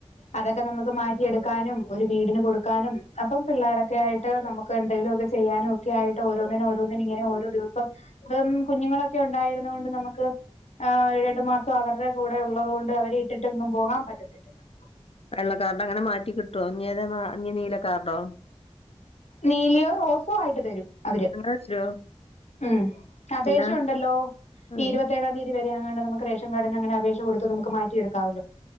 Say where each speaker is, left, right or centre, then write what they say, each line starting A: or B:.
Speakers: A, on the left; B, on the left.
A: അതൊക്കെ നമുക്ക് മാറ്റിയെടുക്കാനും ഒരു വീടിന് കൊടുക്കാനും അപ്പം പിള്ളോരൊക്കെ ആയിട്ട് നമുക്ക് എന്തെങ്കിലുമോക്കെ ചെയ്യാനും ഒക്കെ ആയിട്ട് ട്ട് ഓരോന്നിനെ ഓരോന്നിനും ഇങ്ങനെ ഓരോ ദിവസം ഇം കുഞ്ഞുങ്ങളൊക്കെ ഉണ്ടായിരുന്ന കൊണ്ട് നമുക്ക് ആ രണ്ടു മാസം അവര്ടെ കൂടെ ഉള്ളത്കൊണ്ട് അവരെ ഇട്ടിട്ട് എങ്ങും പോകാൻ പറ്റത്തില്ലല്ലോ
B: വെള്ളക്കാർഡ് അങ്ങനെ മാറ്റി കിട്ടോ ഇന്ഞ് ഏതാ ഇഞ് നീലക്കാർഡോ
A: നീലയോ റോസോ ആയിട്ട് തരും അവര്
B: അങ്ങനെ തരോ
A: മം അപേക്ഷ
B: അല്ല
A: ഉണ്ടല്ലോ
B: ആഹ്
A: ഈ ഇരുപത്തിേഏഴാം തീയതി <unintelligible> നമുക്ക്റേഷൻ കാർഡന് അങ്ങന അപേക്ഷ കൊടുത്ത് നമുക്ക് മാറ്റിടുക്കാവല്ലോ